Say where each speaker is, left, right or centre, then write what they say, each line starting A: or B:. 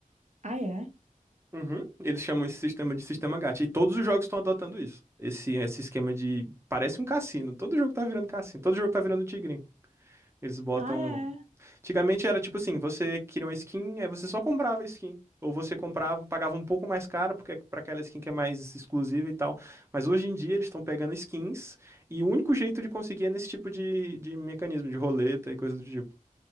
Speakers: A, on the right; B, on the right.
A: Ah, é?
B: Uhum. Eles chamam esse sistema de sistema gacha. E todos os jogos estão adotando isso. Esse, esse esquema de. Parece um cassino. Todo jogo tá virando cassino. Todo jogo tá virando tigrinho. Eles botam
A: Ah, é?
B: Antigamente era tipo assim, você queria uma skin, aí você só comprava a skin. Ou você comprava, pagava um pouco mais caro, porque é pra aquela skin que é mais exclusiva e tal. Mas hoje em dia eles estão pegando skins, e o único jeito de conseguir é nesse tipo de, de mecanismo, de roleta e coisa do tipo.